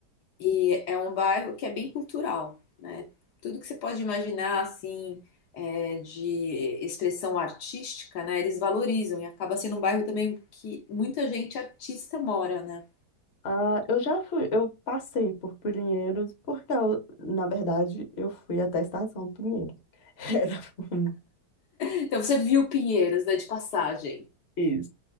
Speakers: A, on the left; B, on the left.
A: e é um bairro que é bem cultural, né? Tudo que você pode imaginar, assim, é, de expressão artística, né, eles valorizam e acaba sendo um bairro também que muita gente artista mora, né?
B: Ah, eu já fui, eu passei por Pinheiros, porque eu- na verdade eu fui até a Estação Pinheiros. <laughs> Era
A: Então você viu Pinheiros, né, de passagem.
B: Isso.